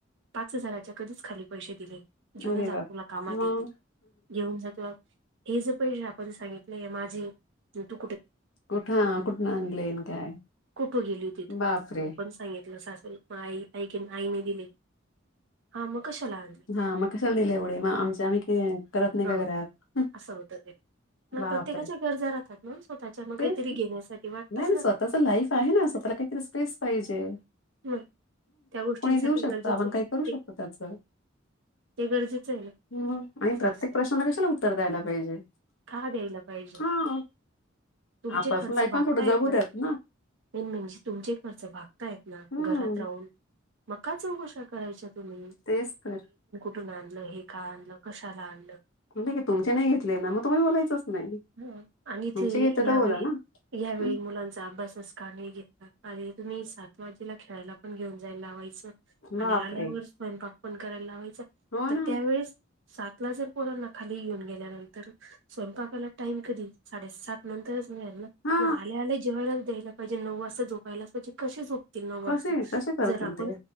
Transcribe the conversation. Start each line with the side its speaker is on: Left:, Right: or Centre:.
Right: पाच हजाराच्या कधीच खाली पैसे दिलेले घेऊन
Left: अरे
Right: जा
Left: बाप!
Right: तुला कामात
Left: मग
Right: येेततील घेऊन जा तुला हे ज पण आपण सांगितलंय माझे त
Left: कुठं कुठून आणलंन काय?
Right: कुठं गेली तिथून
Left: बापरे!
Right: म पण सांगितलं स आईक आईने दिले हा. मग कशाला आणली
Left: हा मग कश दिलं एवढे मग आमच्या आम्ही करत नाही
Right: ह
Left: का घरात
Right: असं होतं ते ना
Left: बापर
Right: प्रत्येकाच्या गरजा राहतात ना स्वतःच्या मग
Left: ते
Right: काहीतरी घेण्यासाठी वाटतच
Left: नाही
Right: ना
Left: स्वतःच लाईफ आहे ना स्वतः पेसे
Right: मग त्या गोष्टींसाठी
Left: दे शक
Right: गरजेचं
Left: आपण
Right: आहे
Left: का करू शकतो.
Right: ते
Left: अच्छा.
Right: ते गरजेचं आहे ना
Left: हम् आणि
Right: असं
Left: प्रत्येक
Right: असतं
Left: प्रश्नाला कशाला उत्तर द्यायला पाहिजे.
Right: का द्यायला पाहिजे
Left: हां.
Right: तुमचे
Left: पर्सनल
Right: खर्च
Left: लाईफ
Right: भागता
Left: पण थोडं
Right: येत
Left: जगू
Right: ना.
Left: द्यात
Right: मेन म्हणजे तुमची एक खर्च भागता आहेत ना
Left: हं.
Right: घरात राहून मका चौकुशा करायच्या तुम्ही
Left: तेज तर.
Right: कून आणलं हे का आणलं कशाला आणलं.
Left: नाहीी तुमचे नाही घेतले ना मग तुम्ही बोलायचंच नाही तुमचे
Right: ह आणि इथे
Left: घेतले
Right: यावेळी
Left: तर बोला ना.
Right: यावेळी
Left: हं,
Right: मुलांचा अभ्यासनेस करणे येत. अरे तुम्ही सात वाजेला खेळायला पण घेऊन जाय लावायचं आणि
Left: बापरे
Right: आल्यावरच स्वयंपाक फोन करायला लावायचा
Left: हो
Right: आ
Left: ना
Right: त्यावेळेस सात ला जर पोर ना खाली येऊन गेल्यानंतर स्वयंपाकाला टाईम कधी साडेसात नंतर ना
Left: हा
Right: मग आल्याला जेवायलाच द्यायला पाहिजे नऊ वाजता जोपायलाच पाहिजे कसे झो. नऊ वाजता
Left: कसे कसे करतील
Right: जर आपण
Left: ते